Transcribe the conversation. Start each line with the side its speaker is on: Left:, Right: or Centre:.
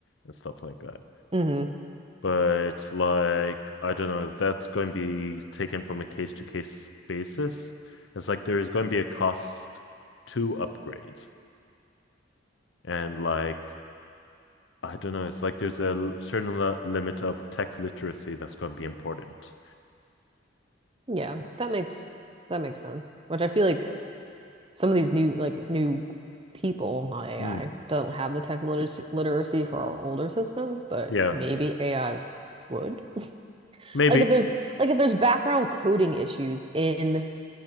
Left: and stuff like that.
Right: hmm
Left: But like, I don't know, that's going to be taken from a case to case basis. It's like there is going to be a cost to upgrade. And like, I don't know, it's like there's a l- certain li- limit of tech literacy that's going to be important.
Right: Yeah, that makes that makes sense. Which I feel like some of these new like new people, not AI,
Left: Mm,
Right: don't have the tech literacy, literacy for our older systems, but
Left: yeah,
Right: maybe AI would.
Left: maybe.
Right: Like if there's like if there's background coding issues in